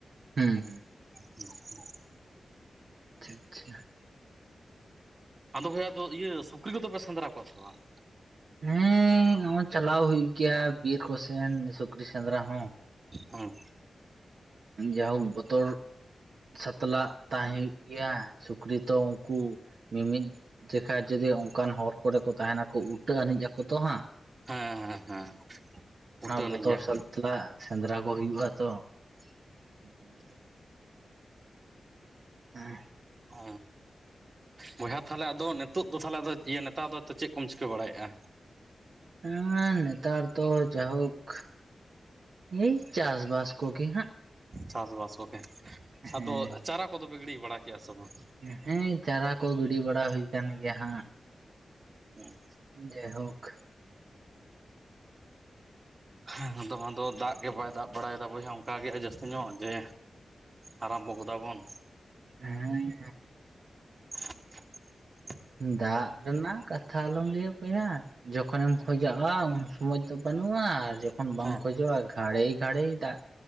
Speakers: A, on the right; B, on the right.
A: ᱦᱩᱸ, ᱦᱩᱸ᱾
B: <unintelligible> <unintelligible>
A: ᱪᱷᱤᱜ ᱪᱷᱤᱜ ᱟ <unintelligible> <unintelligible>
B: ᱟᱫᱚ ᱵᱚᱭᱦᱟ ᱫᱚ ᱤᱭᱟᱹ, ᱥᱩᱠᱨᱤ ᱠᱚᱫᱚ ᱯᱮ ᱥᱮᱸᱫᱽᱨᱟ ᱠᱚᱣᱟ ᱥᱮ ᱵᱟᱝ?
A: ᱦᱢᱸ, ᱪᱟᱞᱟᱣ ᱦᱳᱭᱩᱜ ᱜᱮᱭᱟ, ᱵᱤᱨ ᱠᱚ ᱥᱮᱱ ᱥᱩᱠᱨᱤ ᱥᱮᱸᱫᱽᱨᱟ ᱦᱚᱸ᱾
B: ᱳᱚ,
A: ᱡᱟ ᱦᱳᱠ ᱵᱚᱛᱚᱨ ᱥᱟᱛᱞᱟᱜ ᱛᱟᱦᱮᱸᱱ ᱜᱮᱭᱟ, ᱥᱩᱠᱨᱤ ᱛᱚ ᱩᱱᱠᱩ ᱢᱤ ᱢᱤᱫ ᱡᱮᱠᱷᱟ ᱡᱩᱫᱤ ᱚᱱᱠᱟᱱ ᱦᱚᱨ ᱠᱚᱨᱮ ᱠᱚ, ᱛᱟᱦᱮᱸᱱ ᱟᱠᱚ ᱩ ᱩᱴᱟᱹ ᱟᱹᱱᱤᱡ ᱟᱠᱚ ᱛᱚ ᱦᱟᱸᱜ,
B: ᱦᱮᱸ ᱦᱮᱸ
A: ᱚᱱᱟ
B: ᱩᱴᱟᱹᱱᱤᱡ
A: ᱵᱚᱛᱚᱨ
B: ᱜᱮᱭᱟ
A: ᱥᱟᱛᱞᱟᱜ ᱥᱮᱸᱫᱽᱨᱟ ᱠᱚ, ᱦᱳᱭᱩᱜᱼᱟ ᱛᱚ᱾ <unintelligible> <unintelligible> ᱦᱮᱸ,
B: ᱚ, ᱵᱚᱭᱦᱟ ᱛᱟᱦᱚᱞᱮ ᱟᱫᱚ, ᱱᱮ ᱱᱤᱛᱳᱜ ᱫᱚ ᱛᱟᱦᱚᱞᱮ ᱟᱫᱚ ᱤᱭᱟᱹ, ᱱᱮᱛᱟᱨ ᱫᱚ ᱟᱫᱚ, ᱪᱮᱜ ᱠᱚᱢ ᱪᱤᱠᱟᱹ ᱵᱟᱲᱟᱭᱮᱜᱼᱟ?
A: ᱦᱮᱸ, ᱱᱮᱛᱟᱨ ᱫᱚ ᱡᱟᱦᱳᱠ ᱮᱭ, ᱪᱟᱥ ᱵᱟᱥ ᱠᱚᱜᱮ ᱦᱟᱸᱜ᱾
B: ᱪᱟᱥᱵᱟᱥ ᱠᱚᱜᱮ,
A: ᱦᱮᱸ
B: ᱟᱫᱚ ᱪᱟᱨᱟ ᱠᱚᱫᱚ ᱯᱮ, ᱜᱤᱲᱤ ᱵᱟᱲᱟ ᱠᱮᱜᱼᱟ ᱥᱮ ᱵᱟᱝ?
A: ᱦᱮᱸ ᱪᱟᱨᱟ ᱠᱚ ᱜᱤᱰᱤ ᱵᱟᱲᱟ, ᱦᱳᱭ ᱠᱟᱱ ᱜᱮᱭᱟ ᱦᱟᱸᱜ᱾
B: ᱦᱮᱸ,
A: ᱡᱟᱭ ᱦᱳᱠ,
B: ᱦᱮᱸ ᱟᱫᱚ, ᱟᱫᱚ ᱫᱟᱜ ᱜᱮ ᱵᱟᱭ, ᱫᱟᱜ ᱵᱟᱲᱟᱭᱫᱟ ᱵᱚᱭᱦᱟ, ᱚᱱᱠᱟᱜᱮ ᱡᱟᱹᱥᱛᱤ ᱧᱚᱜ, ᱡᱮ ᱟᱨᱟᱢᱵᱚ ᱜᱚᱫᱟ ᱵᱚᱱ᱾
A: ᱦᱮᱸ,
B: <unintelligible> <unintelligible>
A: ᱫᱟᱜ ᱨᱮᱱᱟᱜ ᱠᱟᱛᱷᱟ ᱟᱞᱚᱢ ᱞᱟᱹᱭᱟ ᱵᱚᱭᱦᱟ, ᱡᱚᱠᱷᱚᱱᱮᱢ ᱠᱷᱚᱡᱚᱜᱼᱟ, ᱩᱱ ᱥᱩᱢᱚᱭ ᱫᱚ ᱵᱟᱹᱱᱩᱜ ᱼᱟ, ᱟᱨ ᱡᱚᱠᱷᱚᱱ ᱵᱟᱢ
B: ᱦᱮᱸ
A: ᱠᱷᱚᱡᱚᱜᱼᱟ, ᱜᱷᱟᱹᱲᱤᱭ, ᱜᱷᱟᱹᱲᱤᱭ ᱫᱟᱜ